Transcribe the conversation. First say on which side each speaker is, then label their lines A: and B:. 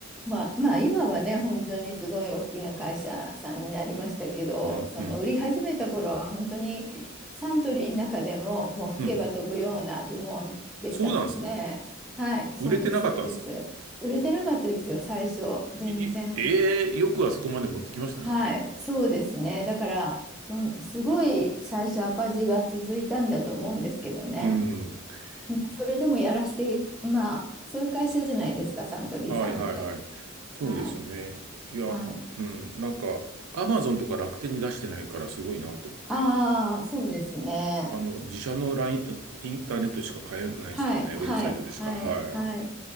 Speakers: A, in the centre; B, on the right.
A: まあ、まあ今はね本当にすごい大きな会社さんになりましたけどその売り始めた頃は本当にサントリーの中でももう吹けば飛ぶような部門でしたもんね。
B: うん、うん。うんそうなんですか
A: はいそうですそうです。
B: 売れてなかったんですか
A: 売れてなかったですよ最初全然。
B: い、いええよくあそこまで持ってきましたね。
A: はいそうですねだからそんすごい最初赤字が続いたんだと思うんですけどね。
B: うん。
A: まあそれでもやらせてまあそういう会社じゃないですかサントリーさんって。
B: いはい、はい、はい。そうですよね。
A: はい
B: いや、
A: はい
B: うん、なんか、アマゾンとか楽天に出してないからすごいなと思って。
A: ああ、そうですね。
B: あの、自社のライン、インターネットでしか買えないですもんね。
A: はい、はい、
B: ウェブサイトでしか。
A: はい、
B: はい。
A: はい。